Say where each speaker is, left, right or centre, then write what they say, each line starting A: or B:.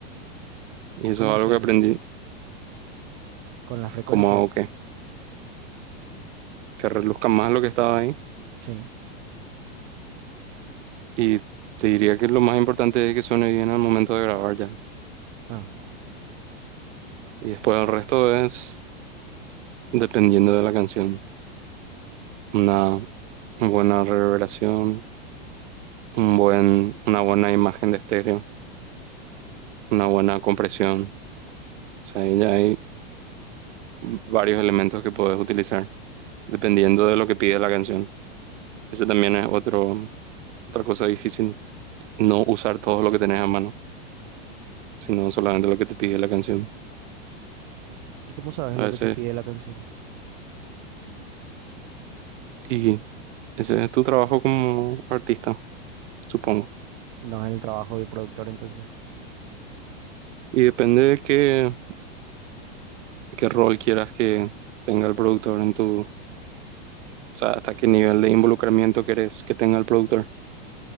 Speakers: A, on the right; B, on the right.
A: Y
B: ¿Y
A: eso
B: cómo
A: es
B: hacer
A: algo que aprendí,
B: eso? Con las frecuencias.
A: como hago que, que reluzca más lo que estaba ahí.
B: Sí.
A: Y te diría que lo más importante es que suene bien al momento de grabar ya.
B: Ah.
A: Y después el resto es dependiendo de la canción. Nada una buena reverberación, un buen, una buena imagen de estéreo, una buena compresión. O sea, ahí ya hay varios elementos que puedes utilizar dependiendo de lo que pide la canción. Ese también es otro, otra cosa difícil, no usar todo lo que tenés a mano, sino solamente lo que te pide la canción.
B: ¿Y cómo sabes
A: A
B: lo
A: veces,
B: que te pide la canción?
A: y ese es tu trabajo como artista, supongo.
B: No es el trabajo del productor, entonces.
A: Y depende de qué, qué rol quieras que tenga el productor en tu... O sea, hasta qué nivel de involucramiento querés que tenga el productor.